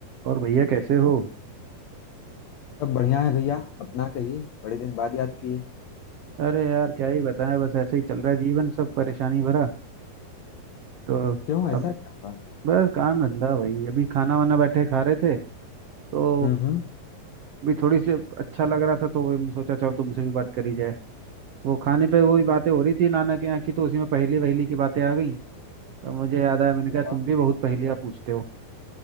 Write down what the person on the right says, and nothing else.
और भैया कैसे हो
अरे यार क्या ही बताएं बस ऐसे ही चल रहा है जीवन सब परेशानी भरा तो
अब
बस काम धंधा वही अभी खाना वाना बैठे खा रहे थे तो
भी थोड़ी सी अच्छा लग रहा था तो वही सोचा चल तुमसे भी बात करी जाए वो खाने पे वही बातें हो रही थी नाना के यहाँ की तो उसी में पहेली वहेली की बातें आ गई तो मुझे याद आया मैंने
कहा तुम भी बहुत पहेलियाँ पूछते हो